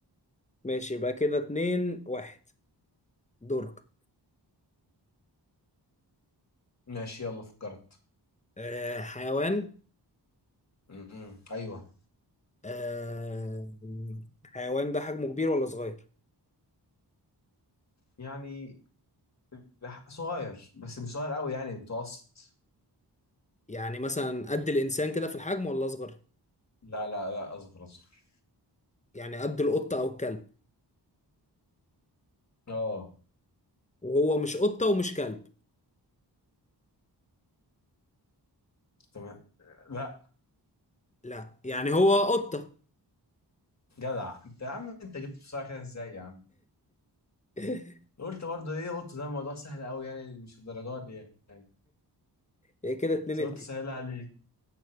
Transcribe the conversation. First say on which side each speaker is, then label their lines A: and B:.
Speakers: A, on the left; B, on the left.
A: ماشي يبقى كده اتنين واحد دورك
B: ماشي يلا فكرت
A: آه حيوان
B: م-م. ايوه
A: آه حيوان ده حجمه كبير ولا صغير
B: يعني لح- صغير بس مش صغير قوي يعني متوسط
A: يعني مثلا قد الانسان كده في الحجم ولا اصغر
B: لا لا لا اصغر اصغر
A: يعني قد القطه او الكلب
B: اه
A: وهو مش قطه ومش كلب
B: تمام لا
A: لا يعني هو قطه
B: جدع انت يا عم انت جبت بسرعه كده ازاي يا عم
A: <laughs>
B: قلت برضه ايه قلت ده موضوع سهل قوي يعني مش الدرجات دي يعني
A: يبقى كده اتنين
B: بس
A: اتنين
B: قلت سهل عليك